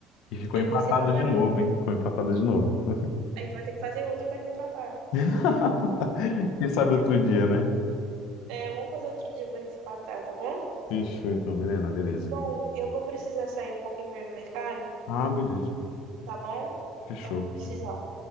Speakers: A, on the left; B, on the right.
A: E ficou
B: Eu
A: empatado
B: gostei pra caramba.
A: de novo, hein? Ficou empatado de novo.
B: A gente vai ter que fazer outro pra desempatar.
A: <laughs> Quem sabe outro dia, né?
B: É, vamos fazer outro dia pra desempatar, tá bom?
A: Fechou então, Milena, beleza.
B: Bom, eu vou precisar sair um pouquinho pra ir no mercado,
A: Ah, beleza.
B: tá bom?
A: Fechou.
B: Eu vou precisar
A: fechou.